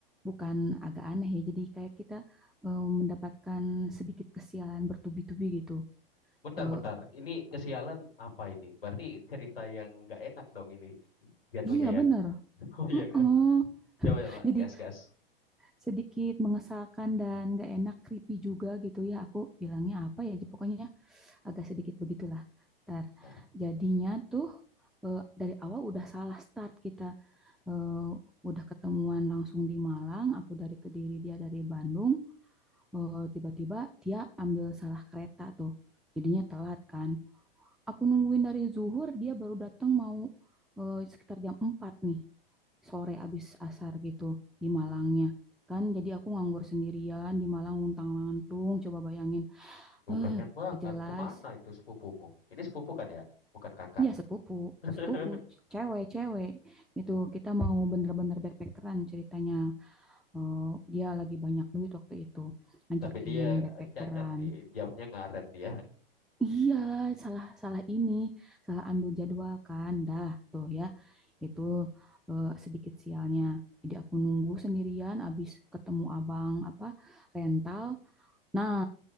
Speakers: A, in the centre; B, on the left.
A: bukan agak aneh ya. Jadi kayak kita eh, mendapatkan sedikit kesialan bertubi-tubi gitu.
B: bentar-bentar.
A: Eh,
B: Ini kesialan apa ini? Berarti cerita yang nggak enak dong ini jatuhnya
A: iya bener.
B: ya. <laughs> Oh iya
A: Oh,
B: kan?
A: oh.
B: Coba lah,
A: Jadi
B: gas-gas.
A: sedikit mengesalkan dan gak enak, creepy juga gitu ya. Aku bilangnya apa ya? Pokoknya agak sedikit begitulah. Ntar
B: Ya.
A: jadinya tuh eh, dari awal udah salah start kita eh, udah ketemuan langsung di Malang, aku dari Kediri, dia dari Bandung. Eh, Tiba-tiba dia ambil salah kereta tuh, jadinya telat kan. Aku nungguin dari zuhur, dia baru datang mau eh, sekitar jam 4 nih, sore abis asar gitu di Malangnya. Kan jadi aku nganggur sendirian di Malang untang-lantung, coba bayangin,
B: Uh,
A: eh,
B: kasihan banget.
A: jelas
B: Kemana itu sepupumu? Ini sepupu kan ya? Bukan kakak.
A: Iya sepupu,
B: <laughs>
A: sepupu, cewek-cewek gitu. Kita mau bener-bener backpackeran ceritanya. Eh, dia lagi banyak duit waktu itu, ngajakin
B: Tapi dia
A: backpackeran.
B: cacat nih, jamnya ngaret dia.
A: Iya, salah salah ini, salah ambil jadwal kan, dah tuh ya. Itu eh, sedikit sialnya. Jadi aku nunggu sendirian, abis ketemu abang apa rental. Nah,